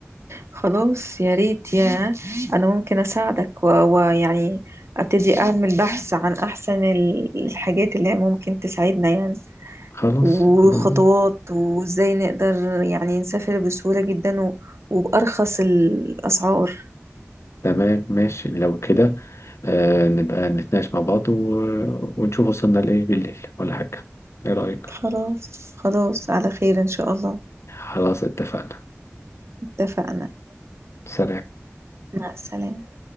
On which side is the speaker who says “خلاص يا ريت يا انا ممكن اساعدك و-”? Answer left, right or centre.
Right